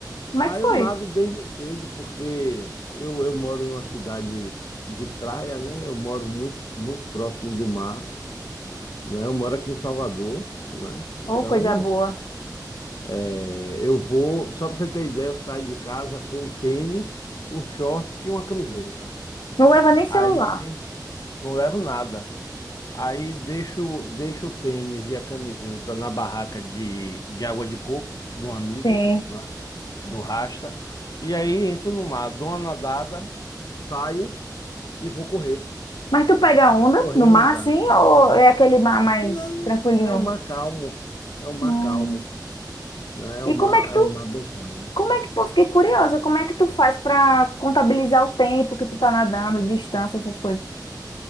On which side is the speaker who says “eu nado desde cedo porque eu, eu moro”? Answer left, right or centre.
Left